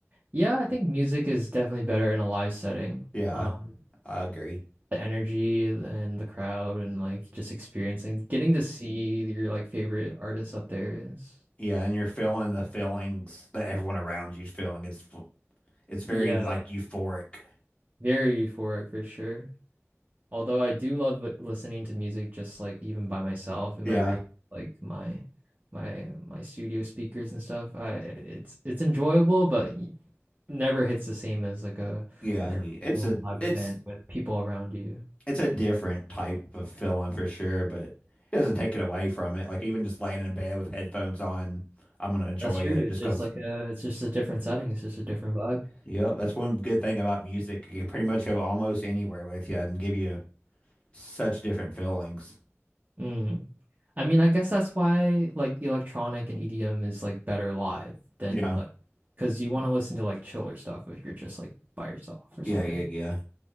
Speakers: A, on the right; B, on the left.
A: Yeah, I think music is definitely better in a live setting.
B: yeah,
A: Um,
B: I agree.
A: the energy and the crowd and like just experiencing, getting to see your like favorite artists up there is,
B: Yeah, and you're feeling the feelings that everyone around you's feeling. It's it's very
A: yeah,
B: like euphoric.
A: very euphoric for sure. Although I do love li- listening to music just like even by myself in
B: Yeah,
A: my room, like my my my studio speakers and stuff. I it's it's enjoyable, but y- never hits the same as like a
B: yeah.
A: like a
B: It's
A: real
B: a
A: live
B: it's
A: event with people around you.
B: it's a different type of feeling for sure, but it doesn't take it away from it. Like even just laying in bed with headphones on, I'm gonna enjoy
A: That's true.
B: it just
A: It's just
B: 'cause.
A: like a it's just a different setting. It's just a different vibe.
B: Yep, that's one good thing about music. You can pretty much go almost anywhere with you and give you such different feelings.
A: Mm. I mean, I guess that's why like electronic and EDM is like better live than
B: Yeah,
A: like because you want to listen to like chiller stuff if you're just like by yourself or something.
B: yeah, yeah, yeah.